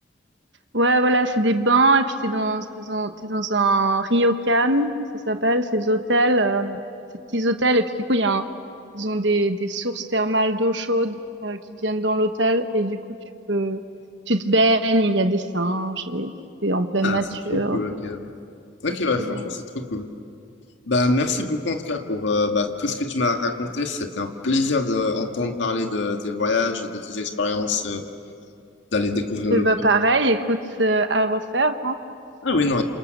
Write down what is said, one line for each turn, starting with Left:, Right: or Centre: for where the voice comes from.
Right: Ouais, voilà, c'est des bains et puis t'es dans, t'es dans, t'es dans un ryokan, ça s'appelle, ces hôtels, euh, ces petits hôtels. Et puis du coup, il y a un- ils ont des, des sources thermales d'eau chaude euh, qui viennent dans l'hôtel et du coup, tu peux, tu te baignes, il y a des singes et c'est en pleine
Left: Ah,
Right: nature
Left: c'est trop cool,
Right: et
Left: ok.
Right: c'est
Left: Ok,
Right: beaucoup.
Left: ouais,
Right: euh.
Left: franchement, c'est trop cool. Bah, merci beaucoup en tout cas pour euh, bah, tout ce que tu m'as raconté. C'était un plaisir d'entendre parler de tes voyages et de tes expériences, euh, d'aller découvrir
Right: Et
Left: le...
Right: bah pareil, écoute, euh, à refaire, hein,
Left: Ah oui, non,